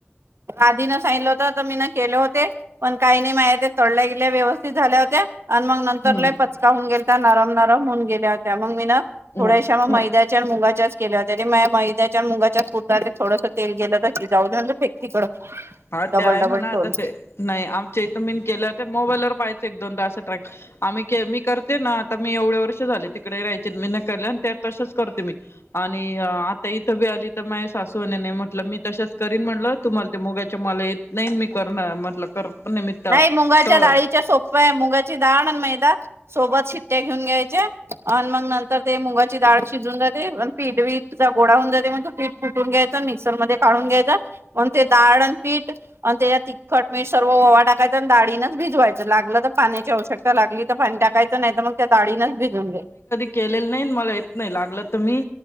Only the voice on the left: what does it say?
हम्म
नाही
नाही
हा
ते आहे
म्हणा
आता ते नाही आमच्या इथ मीन केलं तर मोबाईलवर पाहाचं एक दोनदा असं ट्रॅक. आम्ही के <unintelligible> मी करते ना आता मी एवढ्या वर्ष झाले तिकडे रायचे मेहनत केल्या आणि त्यात तसच करते मी. आणि आता इथं बी आली तर माझ्या सासूवने नाही म्हटलं मी तशच करीन म्हटलं तुम्हाला ते मुगाच्या मला येत नाही मी करणार म्हटलं कर. पण निमित्त
तळ
केलल नाही अन मला येत नाही लागल त मी